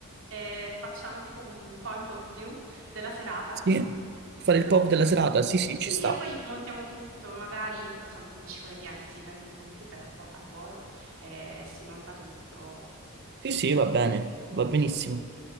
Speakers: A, on the right (about 65°); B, on the right (about 50°).
A: e facciamo tipo un point of view della serata.
B: Sì, fare il
A: Sarebbe-
B: pop della serata. Sì, sì,
A: Sì,
B: ci sta.
A: e poi montiamo tutto, magari tra- tanto non ci vuole niente, si prende un computer a vo- al volo e si monta tutto.
B: Sì, sì, va bene, va benissimo.